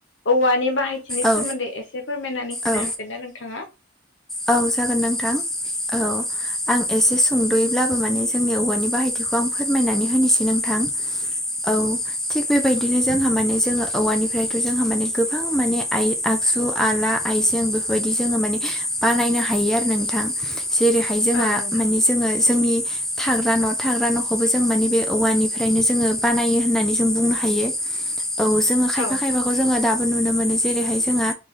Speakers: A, on the left (about 75°); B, in the centre.
A: औवानि बाहाय बिनि
B: औ
A: सोमोन्दै एसे फोरमायनानै होनो
B: औ
A: हागोन ना नोंथाङा
B: औ जागोन नोंथां औ आं एसे संद'यैब्लाबो माने जोंनि औवानि बाहायथिखौ आं फोरमायनानै होनोसै नोंथां औ थिग बेबायदिनो जोंहा माने जोङो औवानिफ्रायथ' जोंहा माने गोबां माने आइ आगजु आला आइजें बेफोरबायदि जोङो माने बानायनो हायो आरो नोंथां जेरैहाय जोंहा
A: औ नोंथां
B: माने जोङो जोंनि थाग्रा न' थाग्रा न'खौबो जों मानि बे औवानिफ्रायनो जोङो बानायो होननानै जों बुंनो हायो औ जोङो खायफा
A: औ
B: खायफा खौ जोङो दाबो नुनो मोनो जेरैहाय जोंहा